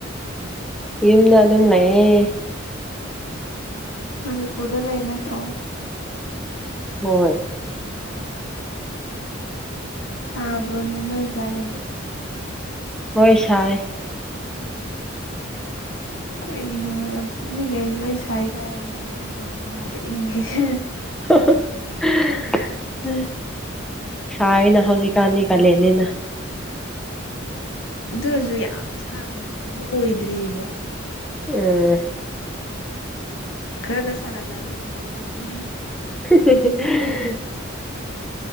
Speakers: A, in the centre; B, on the left (about 70°).
A: ꯌꯨꯝꯗ ꯑꯗꯨꯝ ꯂꯩꯥꯛꯑꯦ
B: ꯃꯅꯤꯄꯨꯔꯗ ꯂꯩ ꯅꯠꯇ꯭ꯔꯣ
A: ꯍꯣꯏ
B: ꯁꯥꯕ꯭ꯔꯅꯤꯅꯣꯏꯖ ꯑꯗꯨꯗꯤ
A: ꯍꯣꯏꯁꯥꯏ
B: ꯀꯅꯣ ꯌꯥꯝ ꯃꯤꯈꯩꯁꯨꯦ ꯂꯣꯏ ꯁꯥꯏ ꯁꯥꯏ ꯍꯥꯏꯅꯩ ꯑꯩ ꯏꯇꯣꯝꯅ ꯃꯥꯜꯗ ꯏꯪꯉꯦꯁꯦ
A: <unintelligible> ꯁꯅ ꯍꯧꯖꯤꯛꯀꯥꯟꯅꯤ ꯀꯂꯅꯤꯅ
B: ꯑꯗꯨ ꯑꯣꯏꯔꯁꯨ ꯌꯥꯝ ꯁꯥꯕꯃꯛꯇꯨꯗꯤ ꯑꯣꯏꯗ꯭ꯔꯤꯑꯕ
A: ꯎꯝ
B: ꯈꯔ ꯈꯔ ꯁꯥꯒꯠꯂꯛꯑꯗꯤ ꯀꯃꯥꯏꯅ ꯇꯧꯅꯤ
A: <unintelligible>